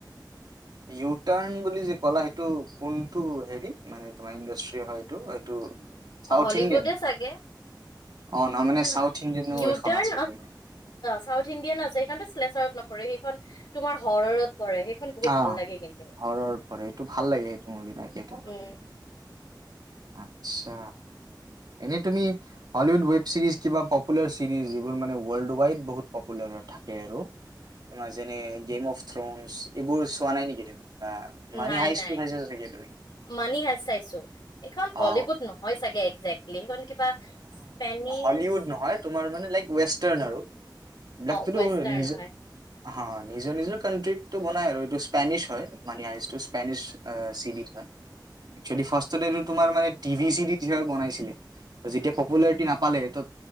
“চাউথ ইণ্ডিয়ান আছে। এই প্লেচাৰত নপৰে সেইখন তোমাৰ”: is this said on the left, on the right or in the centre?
Left